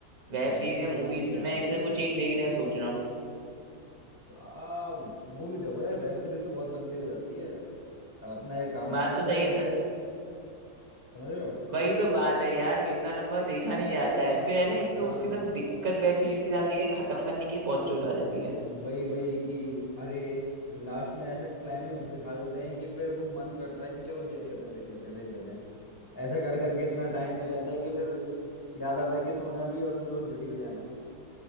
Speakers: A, on the right (about 55°); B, on the left (about 20°).
A: वेब
B: मूवी
A: सीरीज या मूवीज
B: मूवी चला
A: में इसे
B: लो
A: कुछ एक देखने का सोच रहा हूँ
B: आ मूवी देखो यार वेब सीरीज तो बहुत लंबी हो जाती है अब अपना है काम
A: बात
B: करने
A: तो सही
B: वाले
A: है
B: बंदे
A: तर...
B: समझ रहे हो
A: वही तो बात है यार इतना लंबा देखा नहीं जाता है फिर है ना एक
B: हाँ
A: तो उसके साथ दिक्कत वेब सीरीज के साथ ये है खत्म करने की बहुत चुल आ जाती है
B: वही वही कि अरे लास्ट में ऐसा क्लाइमेक्स दिखा देते हैं कि फिर वो मन करता है कि चलो देख लेते हैं देख लेते हैं देख लेते हैं ऐसा कर करके इतना टाइम हो जाता है कि फिर याद आता है कि सोना भी है और सुबह को ड्यूटी भी जाना